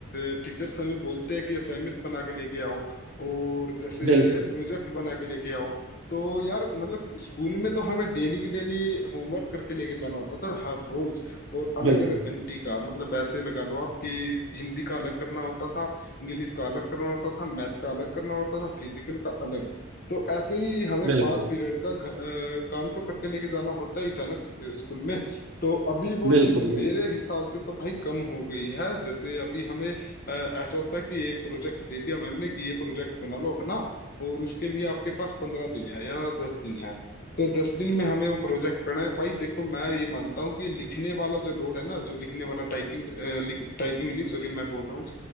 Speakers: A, on the left; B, on the right.
A: टीचर्स हमें बोलते हैं कि असाइनमेंट बना के लेके आओ और जैसे
B: बिल्कुल
A: प्रोजेक्ट बना के लेके आओ तो यार मतलब स्कूल में तो हमें डेली की डेली होमवर्क करके लेके जाना होता था हर रोज और अलग
B: बिल्कुल
A: अलग घंटी का मतलब ऐसे लगा लो आप कि हिंदी का अलग करना होता था इंग्लिश का अलग करना होता था मैथ का अलग करना होता था फिजिकल का अलग तो ऐसे ही हमें
B: बिल्कुल
A: पांच पीरियड का घ- अ, काम तो करके लेके जाना होता ही था ना अ, स्कूल में तो अभी वो
B: बिल्कुल
A: चीज
B: बिल्कुल
A: मेरे हिसाब से तो भाई कम हो गई है जैसे अभी हमें अ, ऐसा होता है कि एक प्रोजेक्ट दे दिया मैम ने कि ये प्रोजेक्ट बना लो अपना और उसके लिए आपके पास पंद्रह दिन है या दस दिन है तो दस दिन में हमें वो प्रोजेक्ट करना है भाई देखो मैं ये मानता हूँ कि लिखने वाला जो लोड है ना जो लिखने वाला टाइपिंग लिख, टाइपिंग नहीं सॉरी मैं बोल रहा हूँ